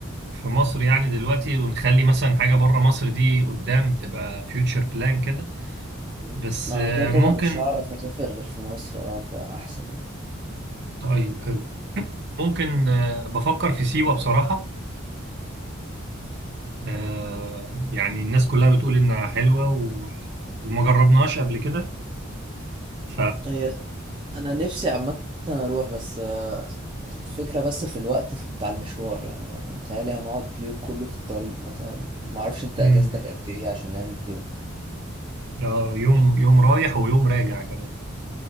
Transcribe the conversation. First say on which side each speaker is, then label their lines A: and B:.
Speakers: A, on the right; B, on the right.
A: في مصر يعني دلوقتي ونخلي مثلا حاجة بره مصر دي قدام تبقى فيوتشر بلان كده
B: مم.
A: بس
B: ما انا
A: آه،
B: كده كده
A: ممكن
B: مش هعرف اسافر غير في مصر اه فاحسن يعني
A: طيب حلو ممكن آه، بفكر في سيوة بصراحة آه، يعني الناس كلها بتقول إنها حلوة و... وما جربناهاش قبل كده ف
B: هي انا نفسي عامه اروح بس آه، الفكره بس في الوقت في- بتاع المشوار يعني متهيألي هنقعد اليوم كله في الطريق مثلا ما اعرفش انت
A: مم.
B: اجازتك قد ايه عشان نعمل كده
A: آه، يوم يوم رايح ويوم راجع كمان